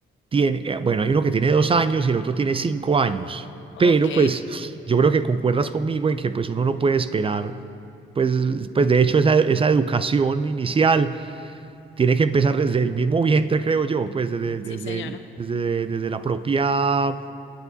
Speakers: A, on the right; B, on the left.
A: tiene, eh, bueno, hay uno que tiene dos años y el otro tiene cinco años,
B: Ok,
A: pero pues yo creo que concuerdas conmigo en que pues uno no puede esperar, pues, pues de hecho esa, esa educación inicial tiene que empezar desde el mismo vientre, creo yo, pues desde, desde,
B: sí, señora.
A: el- desde, desde la propia